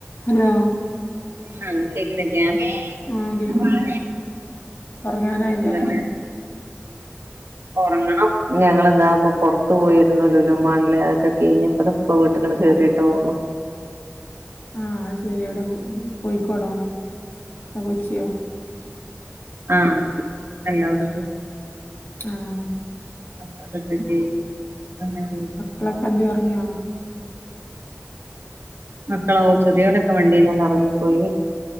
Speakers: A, on the left (about 60°); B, on the right (about 80°).
A: Hello
B: ആഹ കേക്കുന്നില്ല്യാ
A: ആ കേക്ക്ണ്ട്
B: അ
A: ഉറങ്ങാനായില്ലേ
B: ആന സുഖ ഉറങ്ങണം ഞങ്ങളിതപ്പൊറ അ പോയിുന്നല്ലോ ലോലു മാളില അതൊക്കെ കഴിഞ്ഞപ്പ ഇപ്പ വീട്ടങ്ങ ക കേറിയിട്ടള്ളു
A: ആഹ അത് ശരി എവിടെ പോയിക്കോടോ കൊച്ചിയോ
B: ആഹ എല്ലടെക്ക
A: ആഹ
B: അ അതൊക്കെക്ക അ
A: എല വന് വ പറങ്ങിയോ
B: മക്കളാവ ചെറിയോരൊക്കെ വണ്ടീന്ന്ന്നല്ലെ ഇറങ്ങിപ്പോയി